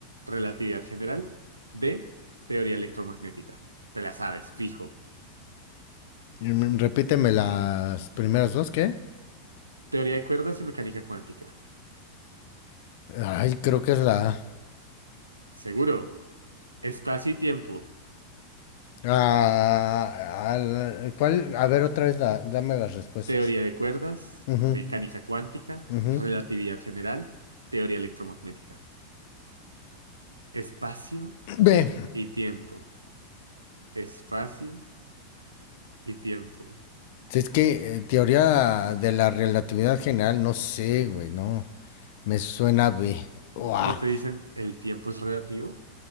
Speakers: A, on the right; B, on the left.
A: relatividad general. D, teoría electromagnética. Te la sabes, fijo.
B: Mm, Repíteme las primeras dos, ¿qué?
A: Teoría de cuerdas y mecánica cuántica.
B: Ay, creo que es la...
A: Seguro. Espacio y tiempo.
B: Ah, ah, ¿Cuál? A ver, otra vez, la- dame las respuestas.
A: Teoría de cuerdas,
B: Ujú,
A: mecánica cuántica,
B: ujú.
A: relatividad general, teoría electromagnética. Espacio
B: Ve,
A: y tiempo. Espacio y tiempo.
B: Si Es que eh, teoría de la relatividad general, no sé, güey, no. Me suena B. Uah.
A: ¿No te dicen el tiempo es relativo?